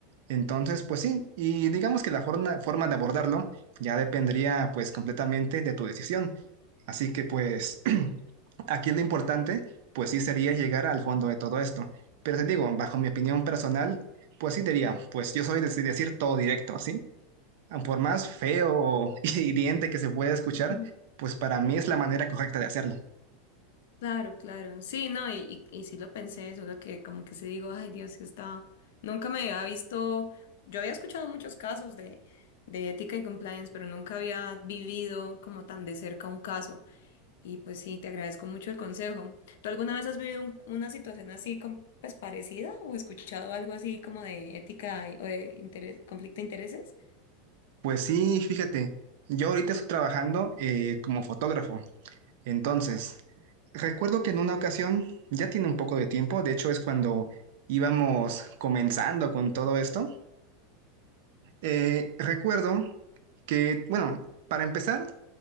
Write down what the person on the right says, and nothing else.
Entonces, pues sí, y digamos que la forma, forma de abordarlo ya dependería pues completamente de tu decisión. Así que pues <clears throat> aquí lo importante pues sí sería llegar al fondo de todo esto. Pero te digo, bajo mi opinión personal, pues sí diría, pues yo soy de de decir todo directo, ¿sí? Por más feo o <laughs> hiriente que se pueda escuchar,
pues para mí es la manera correcta de hacerlo.
Pues sí, fíjate, yo ahorita estoy trabajando eh, como fotógrafo. Entonces, recuerdo que en una ocasión, ya tiene un poco de tiempo, de hecho es cuando íbamos comenzando con todo esto, eh, recuerdo que, bueno, para empezar,